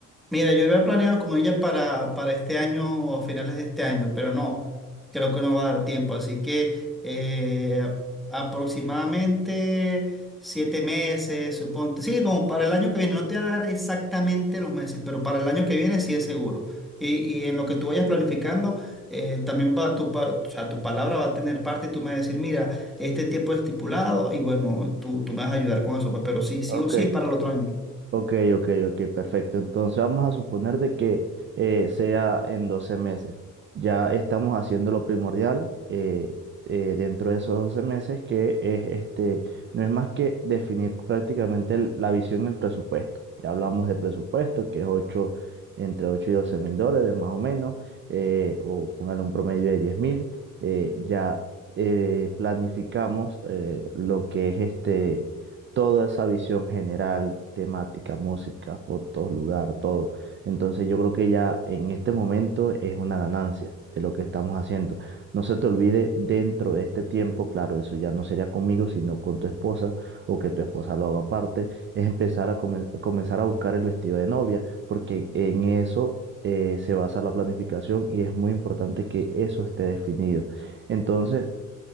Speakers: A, in the centre; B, on the right.
A: Mira, yo había planeado con ella para, para este año o a finales de este año, pero no, creo que no va a dar tiempo. Así que eh, aproximadamente siete meses, suponte. Sí, como para el año que viene. No te va a dar exactamente los meses, pero para el año que viene sí es seguro. Y, y en lo que tú vayas planificando, eh, también va tu, pa- o sea, tu palabra va a tener parte y tú me vas a decir, mira, este tiempo es estipulado y bueno, tú, tú me vas a ayudar con eso, pues, pero sí, sí
B: Ok,
A: o sí es para el otro año.
B: Ok, ok, ok, perfecto. Entonces vamos a suponer de que eh, sea en 12 meses. Ya estamos haciendo lo primordial eh, eh, dentro de esos 12 meses, que es este, no es más que definir prácticamente el- la visión y el presupuesto. Ya hablamos de presupuesto, que es 8 entre ocho y doce mil dólares más o menos, eh, o póngale un promedio de diez mil. Eh, ya eh, planificamos eh, lo que es este toda esa visión general, temática, música, fotos, lugar, todo. Entonces yo creo que ya en este momento es una ganancia de lo que estamos haciendo. No se te olvide dentro de este tiempo, claro, eso ya no sería conmigo, sino con tu esposa o que tu esposa lo haga aparte, es empezar a comen- comenzar a buscar el vestido de novia, porque en eso... eh, se basa la planificación y es muy importante que eso esté definido. Entonces,